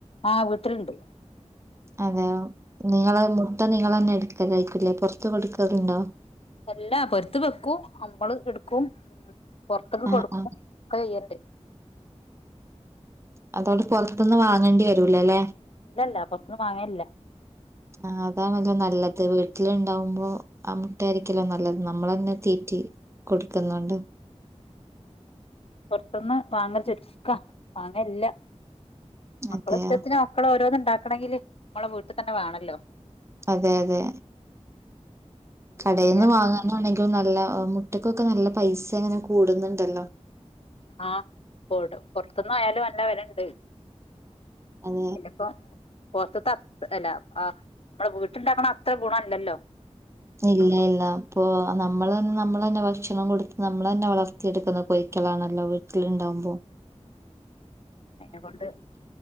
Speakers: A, on the left; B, on the right.
A: ആഹ് വിട്ടിട്ടുണ്ട്
B: അതെ നിളെ ഇട്ട നിങ്ങൾന്നെ എടുക്കത്ായിരിക്കൂില്ലേ പറത്തും കൊടുക്കറുണ്ടോ
A: അല്ല പരുത്ത് വെക്കും നമ്മള് എടുക്കും ഉ പുൊറത്തേക്ക്
B: ആ
A: കൊടുക്കും
B: ആ
A: ഒക്കെ ചെയ്യട്ടെ
B: അതോടെ പുറത്തതൊന്നന്ന് വാങ്ങേണ്ടി വരൂല അല്ലേ
A: ഇല്ലല്ല പൊറത്ത്ന്ന് വാങ്ങലില്ല
B: ആ അതാ നല്ല നല്ലത് വീട്ട വട്ടിലുണ്ടാവുമ്പോ ആ മുട്ട ആായിരിക്കല്ലോ നല്ലത് നമ്മളങ്ങനെ തീറ്റി കൊടുക്കുന്നുണ്ട്
A: പുൊറത്തന്ന് വാങ്ങൽ ചോദിക്കാ വാങ്ങല്ല മക്കള
B: അതെയോ
A: ഇഷ്ടത്തിന് മക്കള ഓരോന്നും ഉണ്ടാക്കണെങ്കില് നമ്മളെ വീട്ടിൽ തന്നെ വേണല്ലോ
B: അതെ അതെ കടെന്ന്
A: പിന്നെ
B: വാങ്ങന്നാണെങ്കി നല്ല മുട്ടക്കൊക്കെ നല്ല പൈസ അങ്ങനെ കൂടുന്നുണ്ടല്ലോ?
A: ആ പോടു പുറത്ത് ന്ന് ആയാലും നല്ല വിലയുണ്ട്.
B: അതെ
A: പിന്നെ ഇപ്പം പുറത്തത് അത്ര അല്ല ആ നമ്മടെ വീട്ടുണ്ടാക്കണ അത്ര ഗുണം അല്ലല്ലോ?
B: ഇല്ല ഇല്ല അപ്പൊ നമ്മളാണ് നമ്മള് തന്നെ ഭക്ഷണം കൊടുത്ത് നമ്മൾ തന്നെ വളർത്തിയെടുക്കുന്ന കോഴിക്കളാണല്ലോ വീട്ടി തിലുണ്ടാവുമ്പോ
A: എന്നെ കൊണ്ട്